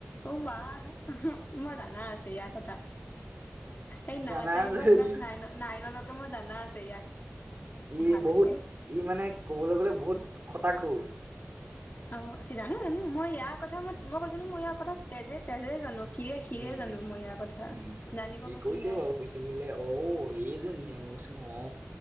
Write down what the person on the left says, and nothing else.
অও ৱাহ। মই জনা আছো ইয়াৰ কথা এই নাৰ্চাৰীৰ
পৰা
ক্লাছ নাইনত। নাইন লোকে মই জানা আছে। ইয়াক
ভালকে।
অ সি জানো জানো মই ইয়াৰ কথা ম মই কৈছানো মই ইয়াৰ কথা তেজে তেজে জানো। সিৰে সিৰে
জানো মই ইয়াৰ কথা
জানিব
বাকী
নাই।